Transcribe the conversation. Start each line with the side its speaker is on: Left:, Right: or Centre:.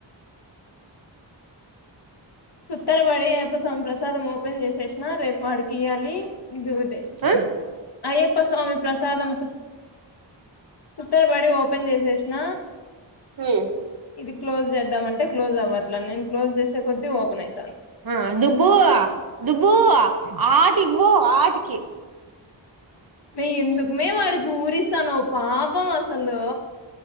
Left: తొందరపడి అయ్యప్ప స్వామి ప్రసాదం ఓపెన్ చేసేసినా రేపు వాడికి ఇయ్యాలి ఇది ఒకటి
Right: ఆ
Left: అయ్యప్ప స్వామి ప్రసాదం తొందరపడి ఓపెన్ చేసేసిన
Right: మ్మ్
Left: ఇది క్లోజ్ చేద్దామంటే క్లోజ్ అవ్వట్లే నేను క్లోజ్ చేసే కొద్ది ఓపెన్ అయి
Right: ఆ దుబ్బు దుబ్బు ఆడికి పొ ఆడికి
Left: వే ఎందుకమ్మి వాడికి ఊరిస్తన్నావు పాపం అసలు